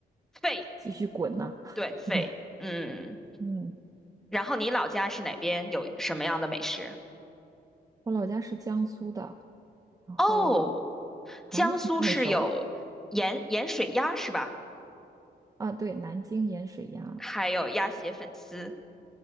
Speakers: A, in the centre; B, on the right.
A: 肺，
B: 继续滚呐、<laughs>
A: 对，肺，
B: 对呀，
A: 嗯。
B: 嗯，
A: 然后你老家是哪边？有什么样的美食？
B: 我老家是江苏的，然后
A: 哦，
B: 哦，
A: 江苏是有盐盐水鸭是吧？
B: 你很熟啊，对，南京盐水鸭。
A: 还有鸭血粉丝。